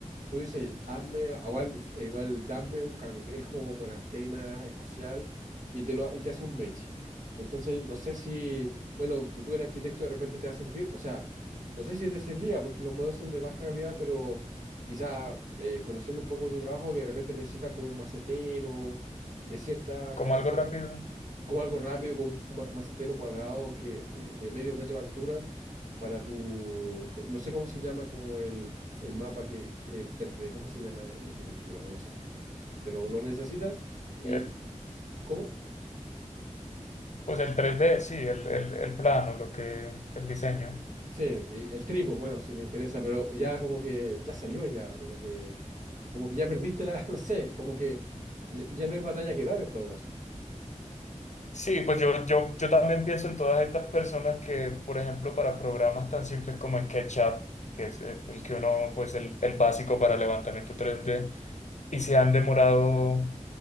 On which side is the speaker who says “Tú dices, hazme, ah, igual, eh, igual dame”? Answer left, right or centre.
Right